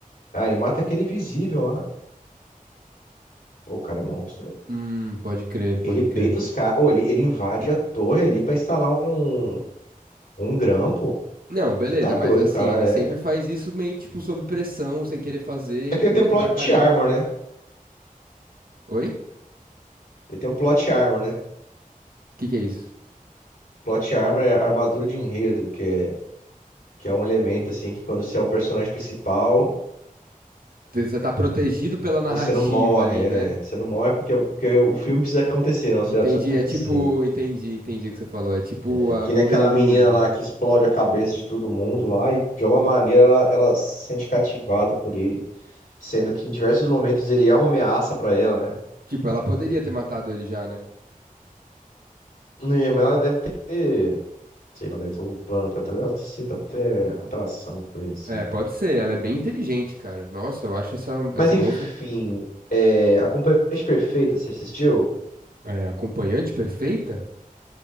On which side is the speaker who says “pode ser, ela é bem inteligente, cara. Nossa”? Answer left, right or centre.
Right